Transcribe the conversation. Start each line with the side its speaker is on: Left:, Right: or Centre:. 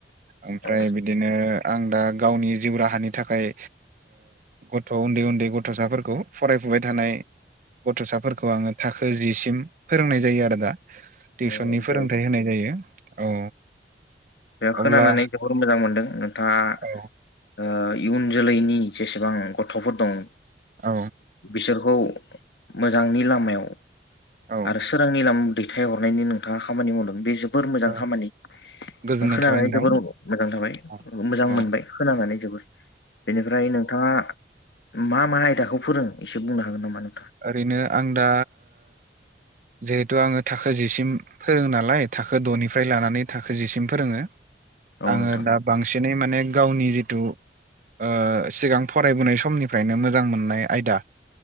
Right: ओमफ्राय
Left: औ
Right: बिदिनो आं दा गावनि जिउ राहानि थाखाय गथ' उन्दै उन्दै गथ'साफोरखौ फरायफुबाय थानाय गथ'साफोरखौ आङो थाखो जिसिम फोरोंनाय जायो आरो दा टिउसननि
Left: औ दे
Right: फोरोंथाइ होनाय जायो, औ।
Left: बेयाव
Right: अब्ला
Left: खोनानानै जोबोर मोजां मोनदों नोंथाङा
Right: औ
Left: इउन जोलैनि जेसेबां दं
Right: औ।
Left: बिसोरखौ मोजांनि लामायाव
Right: औ
Left: आरो सोरांनि लामा दैथायहरनायनि नोंथाङा खामानि मावदों बे जोबोर मोजां
Right: औ
Left: खामानि।
Right: गोजोननाय
Left: खोनानानै
Right: थाबाय नोंथां
Left: जोबोर मोजां थाबाय
Right: औ
Left: मोजां
Right: औ
Left: मोनबाय खोननानै जोबोर बेनिफ्राय नोंथाङा मा मा आयदाखौ फोरों एसे बुंनो हागोन नामा नोंथां?
Right: ओरैनो आं दा जिहेथु आङो थाखो जिसिम फोरोङो नालाय थाखो द'निफ्राय लानानै थाखो जिसिम फोरोङो
Left: औ
Right: आङो
Left: नोंथां
Right: दा बांसिनै माने गावनि जिथु औ सिगां फरायबोनाय समनिफ्रायनो मोजां मोननाय आयदा